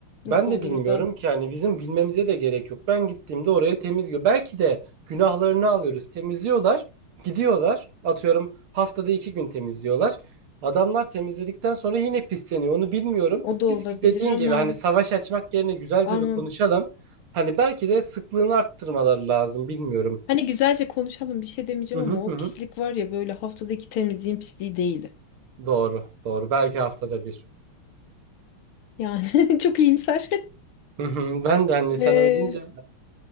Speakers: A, on the right; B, on the left.
A: Ben
B: Nasıl
A: de
B: olur
A: bilmiyorum
B: o da?
A: ki yani bizim bilmemize de gerek yok. Ben gittiğimde orayı temiz Belki de günahlarını alıyoruz. Temizliyorlar, gidiyorlar. Atıyorum haftada iki gün temizliyorlar. Adamlar temizledikten sonra yine pisleniyor. Onu bilmiyorum.
B: O da olabilir
A: Biz dediğin
B: ama
A: gibi hani savaş açmak yerine güzelce
B: ama
A: bir konuşalım. Hani belki de sıklığını arttırmaları lazım. Bilmiyorum.
B: hani güzelce konuşalım bir şey demeyeceğim
A: Hı hı
B: ama
A: hı.
B: o
A: hı.
B: pislik var ya böyle haftadaki temizliğin pisliği değil.
A: Doğru, doğru. Belki haftada bir.
B: Yani <laughs> çok iyimser.
A: Hı hı. Ben de hani sen
B: Ee,
A: öyle deyince.